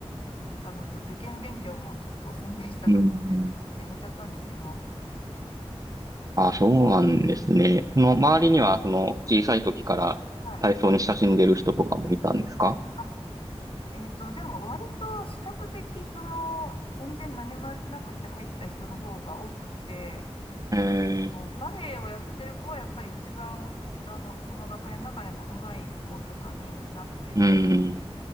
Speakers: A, on the left; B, on the right.
A: たのと、受験勉強もちょっと専念したかったというのもあってやめちゃったんですけど、
B: うん。あ、そうなんですね。その周りには、
A: これ
B: その小さい時から体操に親しんでる人とかもいたんですか
A: はい。うん。あ、えっと、でも割と比較的、その、全然何もやってなくて入った人の方が多くて、
B: えー、
A: こうバレエをやってる子はやっぱり一番、あの、その学年の中でも上手い子とかになってて、
B: うん、